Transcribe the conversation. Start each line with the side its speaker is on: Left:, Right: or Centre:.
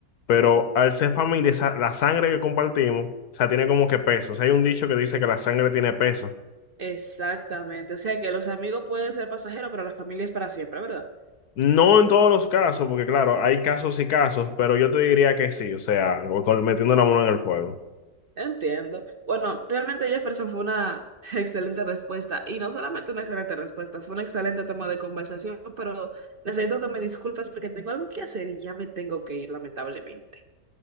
Left: Pero al ser familia, esa- la sangre que compartimos, o sea, tiene como que peso. O sea, hay un dicho que dice que la sangre tiene peso.
Right: Exactamente, o sea que los amigos pueden ser pasajeros, pero la familia es para siempre, ¿verdad?
Left: No en todos los casos, porque claro, hay casos y casos, pero yo te diría que sí, o sea, con- metiendo la mano en el fuego.
Right: Entiendo. Bueno, realmente Jefferson fue una <laughs> excelente respuesta y no solamente una excelente respuesta, fue un excelente tema de conversación, pero necesito que me disculpes porque tengo algo que hacer y ya me tengo que ir, lamentablemente.